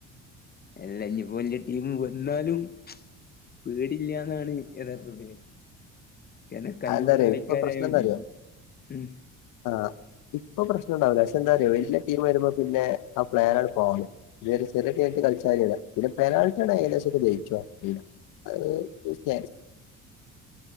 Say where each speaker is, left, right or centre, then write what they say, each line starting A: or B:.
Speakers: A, on the left; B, on the left.
A: അലനിപ്പോ വല്യ ടീം വന്നാലും. പേടില്യാന്നാണ് യഥാർത്ഥത്തില് കാരണം കഴിവുള്ള
B: അയ്ന്താറിയൊ
A: കളിക്കാരായോണ്ട്
B: ഇപ്പൊ പ്രശ്നന്താറിയൊ
A: ഉം
B: ആ ഇപ്പൊ പ്രശ്നംണ്ടാവൂല്ല പക്ഷെ എന്താറിയോ വല്യ ടീം വരുമ്പോ പിന്നെ ആ പ്ലെൻ പാളും ഇവര് ബ്രസീലായിട്ട് കളിച്ചാല പിന്നെ പെനാൾട്ടി ആയെനെശം ഓല് ജയിച്ചും. അഹ്സ